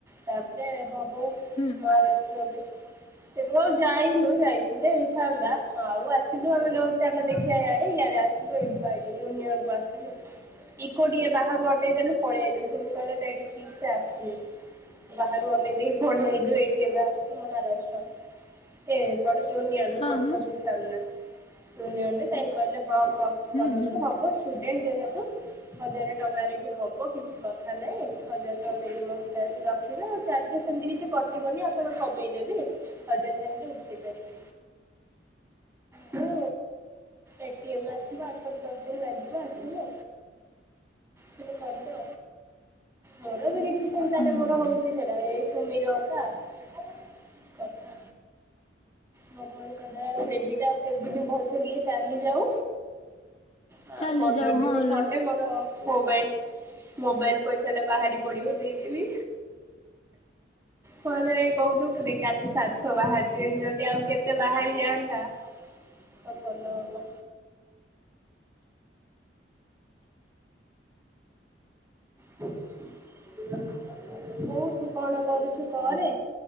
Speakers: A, on the right; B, on the left.
A: ତାପରେ ହଉ ହଉ
B: ହୁଁ
A: ମହାରାଷ୍ଟ୍ର ବି ସେଠୁ ଆଉ ଯାଇନୁ ଯାଇଥିଲେ। ଥାନ୍ତା ଆଉ ଆସିଲୁ ଆମେ ଚାଲ ଦେଖିବା ଇଆଡେ ଆସିଲୁ ଏଇଠିକୁ ଆଇଲୁ ୟୁନିଅନ କୁ ଆସିଲୁ ଇକୋ ଟିକେ ବାହାରୁ ଅନେଇ ଦେଲୁ ପଳେଇ ଆଇଲୁ ସେ କହିଲେ ନାଇଁ ଠିକ ସେ ଆସିନି ବାହାରୁ ଅନେଇ ଦେଇକି ପଳେଇ ଆଇଲୁ ଏଇଠି ଏବେ ଆସିଛୁ ମହାରାଷ୍ଟ୍ର ସେ କଣ କି ୟୁନିଅନ ପୋଷ୍ଟ
B: ହଁ ମୁଁ
A: ଅଫିସ ସାମ୍ନା ୟୁନିଅନ ରେ ସେମ୍ କହିଲା।
B: ହୁଁ ହୁଁ।
A: <unintelligible> ଯେହେତୁ ହଜାର ଟଙ୍କାରେ ବି ହବ କିଛି କଥା ନାହିଁ ହଜାର ଟଙ୍କା ମିନିମମ୍ ରଖିବେ ଆଉ ଚାର୍ଜେସ୍ ସେମିତି କିଛି କଟିବନି ଆପଣ କମେଇଦେବେ ହଜାର ଟଙ୍କା ବି ଉଠେଇ ପାରିବେ ହୁଁ ଏଟିଏମ ଆସିବ ଆଠରୁ ଦଶ ଦିନ ଲାଗିବ ଆସିବ ସେ କରିିବ। ମୋର ବି ରି କିଛି ଚିନ୍ତା
B: ହୁଁ
A: ନାଇ ମୋର ହଉଛି
B: ହୁଁ
A: ସେଇଟା ଏ ସୁମିରକା <inaudible> କଥା ମୋ ଭଲ <unintelligible> ଦୟାରୁ <unintelligible> ଆଉ ଭଲସେ ଟିକେ ଚାଲିଯାଉ ଆ
B: ଚାଲି
A: ପନ୍ଦର
B: ଯାଉ
A: ଦିନ
B: ହଁ
A: ଖଣ୍ଡେ
B: ଲୋ
A: ମୋର ମୋବାଇଲ ମୋବାଇଲ ପଇସା ଟା ବାହାରି ପଡିବ ଦେଇଦେବି କଣ ହେଲା କହୁନୁ ଗୋଟେ କାଲି ସାତଶହ ବାହାରିଛେ ଯଦି ଆଉ କେତେ ବାହାରି ଦିଅନ୍ତା ସବୁ ଭଲ ହେବ। ହଉ ତୁ କଣ କରୁଛୁ କରେ